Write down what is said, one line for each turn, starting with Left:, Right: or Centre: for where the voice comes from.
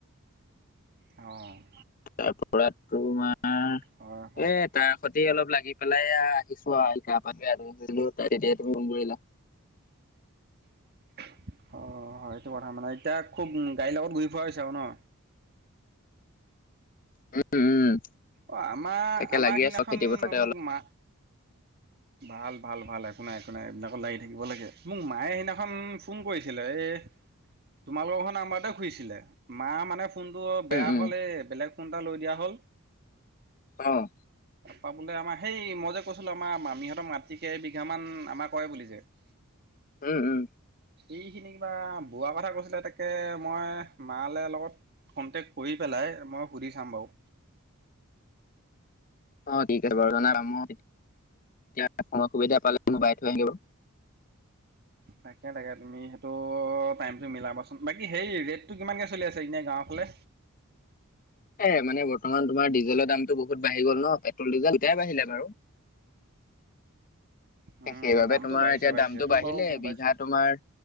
Right: অঁ
Left: তাৰ পৰা তোমাৰ
Right: হয় হয়
Left: এ তাৰ সতি অলপ লাগি পেলাই এয়া আহিছো আৰু এতিয়া। তোমাক যে আদৰিম কৈছিলো তেতিয়াই তুমি ফোন কৰিলা।
Right: <inaudible> অঁ' হয় তোমাৰ তাৰমানে, এতিয়া খুব গাড়ীৰ লগত ঘূৰি ফুৰা হৈছে আৰু ন?
Left: উম উম
Right: অ আমাৰ
Left: তাকে
Right: আমাৰ
Left: লাগি
Right: সিদিনাখন
Left: আছো খেতি পথাৰতে
Right: মোক
Left: অলপ
Right: মা, ভাল ভাল ভাল একো নাই একো নাই, এইবিলাকত লাগি থাকিব লাগে। মোক মায়ে সেইদিনাখন ফোন কৰিছিলে এ' তোমালোকৰখন আমাৰটোৱে খুজিছিলে, মা মানে ফোনটো বেয়া
Left: উম উম
Right: হ'ল এ বেলেগ ফোন এটা লৈ দিয়া হ'ল।
Left: অ'
Right: পাবলে আমাৰ সেই মই যে কৈছিলো আমাৰ মামীহঁতৰ মাটি কেইবিঘা মান আমাৰ কৰে বুলি যে <inaudible>
Left: উম উম
Right: এইখিনি কিবা বোৱা কথা কৈছিলে তাকে মই মালে লগত কন্টেক্ট কৰি পেলাই মই সুধি চাম বাৰু।
Left: অ' ঠিক আছে বাৰু, জানা মোৰ এতিয়া সময় সুবিধা পালে মোৰ বাই থৈ আহিব।
Right: তাকে তাকে তুমি সেইটো টাইমটো মিলাবাচোন। বাকি হেৰি ৰেটটো কিমানকে চলি আছে এনে গাঁৱত? গাঁৱৰ ফালে?
Left: এ মানে বৰ্তমান তোমাৰ ডিজেলৰ দামতটো বহুত বাঢ়ি গ'ল ন পেট্ৰল ডিজেল, তেতিয়াই বাঢ়িলে বাৰু।
Right: উম,
Left: সে সেইবাবে
Right: দামটো
Left: তোমাৰ
Right: বাঢ়িছে
Left: এতিয়া
Right: বাঢ়িছে
Left: দামটো
Right: সেইটো
Left: বাঢ়িলে
Right: বাৰু গম
Left: বিঘা
Right: পাইছোঁ
Left: তোমাৰ